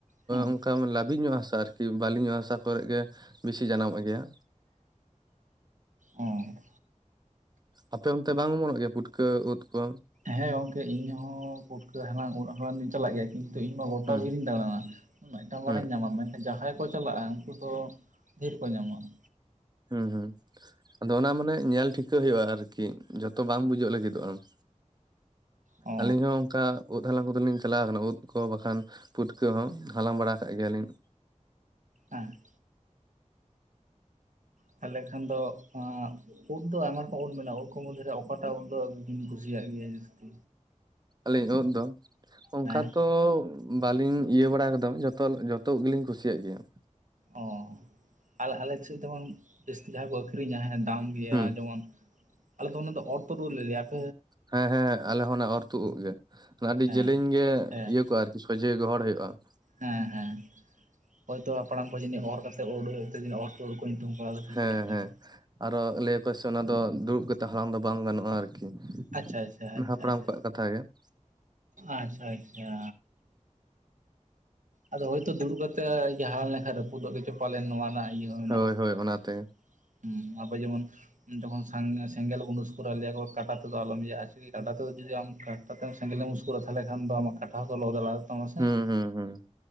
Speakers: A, on the right (about 80°); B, on the right (about 35°).
A: ᱦᱮᱸ
B: ᱚᱱᱠᱟ ᱞᱟᱹᱵᱤᱫ ᱧᱚᱜ ᱦᱟᱥᱟ ᱟᱨᱠᱤ ᱠᱤ ᱵᱟᱹᱞᱤᱧᱚᱜ ᱦᱟᱥᱟ ᱠᱚᱨᱮ ᱜᱮ ᱵᱤᱥᱤ ᱡᱟᱱᱟᱢᱚᱜ ᱜᱮᱭᱟ
A: ᱚᱸ
B: ᱟᱯᱮ ᱚᱱᱛᱮ ᱵᱟᱝ ᱚᱢᱚᱱᱚᱜ ᱜᱮᱭᱟ ᱯᱩᱴᱠᱟᱹ ᱩᱫ ᱠᱚ?
A: ᱦᱮᱸ ᱜᱚᱝᱠᱮ ᱤᱧ ᱦᱚᱸ ᱯᱩᱴᱠᱟᱹ ᱦᱟᱞᱟᱝ ᱩᱫ ᱦᱟᱞᱟᱝ ᱫᱚᱧ ᱪᱟᱞᱟᱜ ᱜᱮᱭᱟ ᱠᱤᱱᱛᱩ ᱼ ᱤᱧ ᱢᱟ ᱜᱚᱴᱟ
B: ᱦᱩᱸ
A: ᱵᱤᱨᱤᱧ ᱫᱟᱬᱟᱱᱟ, ᱢᱤᱫᱴᱟᱝ ᱵᱟᱨᱭᱟᱧ
B: ᱦᱩᱸ
A: ᱧᱟᱢᱟ ᱢᱮᱱᱠᱷᱟᱱ ᱡᱟᱦᱟᱸᱭ ᱠᱚ ᱪᱟᱞᱟᱜᱼᱟ ᱩᱱᱠᱩ ᱫᱚ ᱰᱷᱮᱨ ᱠᱚ ᱧᱟᱢᱟ ᱾
B: ᱦᱩᱸ ᱦᱩᱸ ᱟᱫᱚ ᱚᱱᱟ ᱢᱟᱱᱮ ᱧᱮᱞ ᱴᱷᱤᱠᱟᱹ ᱦᱩᱭᱩᱜᱼᱟ ᱟᱨᱠᱤ ᱡᱚᱛᱚ ᱵᱟᱝ ᱵᱩᱡᱟᱹᱜ ᱞᱟᱹᱜᱤᱫᱚᱜᱼᱟ ᱾
A: ᱚ
B: ᱟᱹᱞᱤᱧ ᱦᱚᱸ ᱚᱱᱠᱟ ᱩᱫ ᱦᱟᱞᱟᱝ ᱠᱚᱫᱚᱞᱤᱧ ᱪᱟᱞᱟᱣ ᱠᱟᱱᱟ ᱩᱫ ᱠᱚ ᱵᱟᱠᱷᱟᱱ ᱯᱩᱴᱠᱟᱹ ᱦᱚᱸ ᱦᱟᱞᱟᱝ ᱵᱟᱲᱟ ᱠᱟᱜ ᱜᱮᱭᱟᱞᱤᱧ
A: ᱦᱮᱸ ᱛᱟᱦᱚᱞᱮ ᱠᱷᱟᱱ ᱫᱚ ᱱᱚᱣᱟ ᱩᱫ ᱫᱚ ᱟᱭᱢᱟ ᱨᱚᱠᱚᱢ ᱩᱫ ᱢᱮᱱᱟᱜᱼᱟ ᱾ ᱩᱫ ᱠᱚ ᱢᱚᱫᱫᱷᱮᱨᱮ ᱚᱠᱟᱴᱟᱜ ᱩᱫ ᱫᱚ ᱟ ᱵᱤᱱ ᱠᱩᱥᱤᱭᱟᱜ ᱜᱮᱭᱟ ᱡᱟᱹᱥᱛᱤ?
B: ᱟᱹᱞᱤᱧ ᱩᱫ ᱫᱚ ᱚᱱᱠᱟ
A: ᱦᱮᱸ
B: ᱛᱚ ᱵᱟᱞᱤᱧ ᱤᱭᱟᱹ ᱵᱟᱲᱟ ᱟᱠᱟᱫᱟ ᱡᱚᱛᱚ ᱡᱚᱛᱚ ᱜᱮᱞᱤᱧ ᱠᱩᱥᱤᱭᱟᱜ ᱜᱮᱭᱟ ᱾
A: ᱚ ᱟᱞᱮ ᱟᱞᱮ ᱥᱮᱫ ᱡᱟᱥᱛᱤ ᱫᱷᱟᱣ ᱠᱚ ᱟᱹᱠᱷᱨᱤᱧᱟ ᱦᱮᱸ ᱫᱟᱢ ᱼᱭᱟ
B: ᱦᱩᱸ
A: ᱡᱮᱢᱚᱱ ᱟᱞᱮ ᱫᱚ ᱚᱱᱟ ᱫᱚ ᱚᱨᱛᱩᱫ ᱩᱫ ᱞᱮ ᱞᱮᱭᱟ ᱾
B: ᱦᱮᱸ ᱦᱮᱸ ᱟᱞᱮ ᱦᱚᱸ ᱚᱱᱟ ᱚᱨᱛᱩᱫ ᱩᱫ ᱜᱮ ᱟᱹᱰᱤ
A: ᱦᱮᱸ
B: ᱡᱮᱞᱮᱧ ᱜᱮ
A: ᱦᱮᱸ
B: ᱤᱭᱟᱹ ᱠᱚᱜᱼᱟ ᱟᱨᱠᱤ ᱾ ᱥᱚᱡᱷᱮ ᱜᱚᱦᱚᱲ ᱦᱩᱭᱩᱜᱼᱟ ᱾
A: ᱦᱮᱸ ᱦᱮᱸ ᱾ ᱦᱚᱭᱛᱚ ᱦᱟᱯᱲᱟᱢ ᱠᱚ ᱡᱟᱹᱱᱤᱡ ᱚᱨ ᱠᱟᱛᱮᱜ ᱛᱩᱫ ᱦᱩᱭᱩᱜ ᱛᱮ ᱡᱟᱹᱱᱤᱡ ᱚᱨ ᱛ ᱠᱚ ᱧᱩᱛᱩᱢ ᱠᱟᱣᱫᱟ ᱥᱮ
B: ᱦᱮᱸ
A: ᱪᱮᱫ ᱞᱮᱠᱟ
B: ᱦᱮᱸ ᱾ ᱟᱨᱚ ᱞᱟᱹᱭ ᱟᱠᱚ ᱥᱮ ᱚᱱᱟ ᱫᱚ ᱫᱩᱲᱩᱵ ᱠᱟᱛᱮ ᱦᱟᱞᱟᱝ ᱫᱚ ᱵᱟᱝ ᱜᱟᱱᱚᱜᱼᱟ ᱟᱨᱠᱤ
A: ᱟᱪᱪᱷᱟ
B: ᱾
A: ᱟᱪᱪᱷᱟ ᱟᱪᱪᱷᱟ
B: ᱦᱟᱯᱲᱟᱢ
A: ᱟᱪᱪᱷᱟ
B: ᱠᱚᱣᱟᱜ ᱠᱟᱛᱷᱟ ᱜᱮ ᱾
A: ᱟᱪᱪᱷᱟ ᱟᱪᱪᱷᱟ ᱟᱫᱚ ᱦᱳᱭᱛᱳ ᱫᱩᱲᱩᱵ ᱠᱟᱛᱮᱜ ᱡᱟᱦᱟ ᱞᱮᱱᱠᱷᱟᱱ ᱨᱟᱹᱯᱩᱫᱚᱜ ᱜᱮ ᱪᱚ ᱯᱟᱞᱮᱱ ᱱᱚᱣᱟ ᱨᱮᱱᱟᱜ ᱤᱭᱟᱹ ᱦᱚᱸ ᱢᱮᱱᱟᱜᱼᱟ
B: ᱦᱳᱭ ᱦᱳᱭ ᱚᱱᱟᱛᱮ
A: ᱾ ᱟᱸᱵᱚ ᱡᱮᱢᱚᱱ ᱡᱚᱠᱷᱚᱱ ᱥᱟ ᱥᱮᱸᱜᱮᱞ ᱵᱚᱱ ᱩᱥᱠᱩᱨᱟᱜ-ᱟ ᱞᱮᱭᱟᱠᱚ ᱠᱟᱴᱟ ᱛᱮᱫᱚ ᱫᱚ ᱟᱞᱚᱢ ᱤᱭᱟᱹ ᱟᱪᱮ ᱠᱟᱴᱟ ᱛᱮ ᱡᱩᱫᱤ ᱟᱢ ᱠᱟᱴᱟ ᱛᱮᱢ ᱥᱮᱜᱮᱞ ᱮᱢ ᱩᱥᱠᱩᱨᱟ ᱛᱟᱦᱚᱞᱮ ᱠᱷᱟᱱ ᱫᱚ ᱟᱢ ᱠᱟᱴᱟ ᱦᱚᱸᱛᱚ ᱞᱚ ᱫᱟᱲᱮ ᱛᱟᱢᱟ ᱥᱮ
B: ᱦᱩᱸ
A: ᱾
B: ᱦᱩᱸ ᱦᱩᱸ